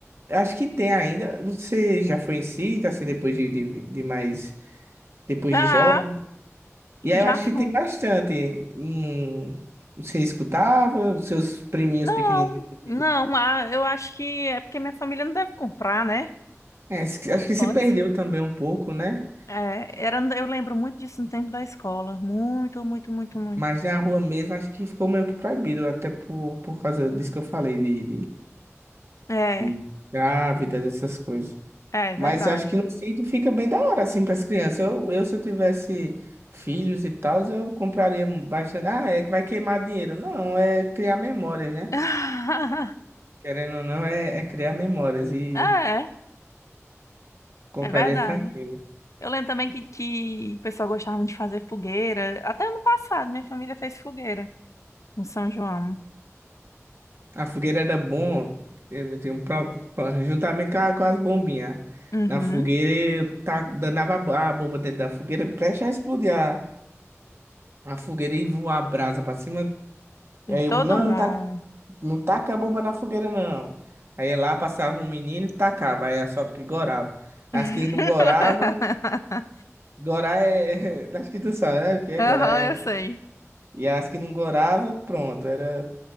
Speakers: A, on the right; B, on the left.
A: eu acho que tem ainda. Você já foi em sítio, assim, depois de, de, de mais depois
B: Já,
A: de jovem. E aí
B: já
A: eu acho que
B: fui.
A: tem bastante. Hum, você escutava, seus priminhos
B: Não,
A: pequenininhos. ouviam.
B: não, ah, eu acho que é porque minha família não deve comprar, né?
A: É, acho que acho que se
B: Pode.
A: perdeu também um pouco, né?
B: É, era, eu lembro muito disso no tempo da escola. Muito, muito, muito, muito.
A: Mas na rua mesmo acho que ficou meio que proibido, até por, por causa disso que eu falei, de, de,
B: É,
A: de grávidas, essas coisas.
B: é
A: Mas
B: verdade.
A: acho que no sítio fica bem da hora, assim, para as crianças. Eu, eu, se eu tivesse filhos e tal, eu compraria bastante. Ah, é que vai queimar dinheiro. Não, é criar memórias, né?
B: <laughs>
A: Querendo ou não, é, é criar memórias e
B: É,
A: compraria
B: é verdade.
A: tranquilo.
B: Eu lembro também que, que o pessoal gostava de fazer fogueira. Até ano passado, minha família fez fogueira no São João.
A: A fogueira era bom, eu tenho um pro- pro- juntamente com, a- com as bombinhas.
B: Uhum.
A: Na fogueira, eu tá, danava a bo- a bomba dentro da fogueira, preste a explodir a, a fogueira e voar a brasa pra cima.
B: Em
A: Aí
B: todo
A: eu, não,
B: mundo.
A: não, tá, não taca a bomba na fogueira, não. Aí ia lá passava um menino e tacava, aí a sorte que gorava. As
B: <laughs>
A: que não gorava, gorar é. <laughs> Acho que tu sabe, né? O que é
B: Aham,
A: gorar?
B: eu sei.
A: E as que não gorava, pronto, era